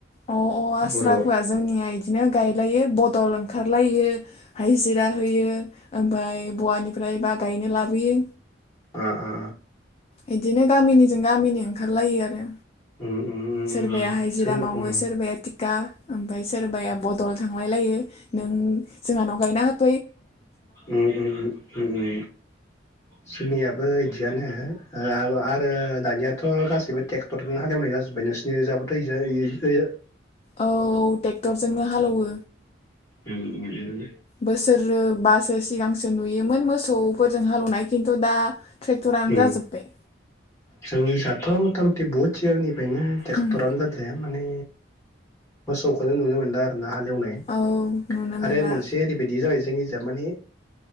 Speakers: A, on the left; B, on the left.
A: अ अ आस्रा
B: बर' ओ
A: फोआ जोंनिया बिदिनो गायलायो बदल खारलायो हाइजिरा होयो ओमफ्राय बहानिफ्रायबा गायनो लाबोयो
B: अ अ
A: बिदिनो गामिनिजों गामिनि ओंखारलायो आरो
B: उम उम उम
A: सोरबाया
B: उम
A: हाजिरा
B: जों उम
A: मावो सोरबाया थिका ओमफ्राय सोरबाया बदल थांलाय लायो नों जोंहानाव गायना हो
B: उम उम उम उम उम जोंनियाबो इदियानो ओ आबो आरो दानियाथ' गासैबो ट्रेक्टरजोंनो हालेवनाय जाजोब्बाय नोंसिनि इजाबोथ' ओइजा ओइयो
A: औ औ ट्रेक्टरजोंनो हालेवो
B: उम उम
A: बोसोर बासो सिगांसो नुयोमोन मोसौफोरजों हालौनाय खिन्थु दा ट्रेक्टरानो
B: उम
A: जाजोब्बाय
B: जोंनिजायथ' मथा मथि बहुत सिगांनि फायनो ट्रेक्टरानो
A: उम
B: जादिया माने मोसौखौनो नुनो मोनला आरो ना हालेवनाय
A: औ नुनो
B: आरो
A: मोनला
B: मोनसे ओरैबायदि जाबाय जोंहा जोंनिजा माने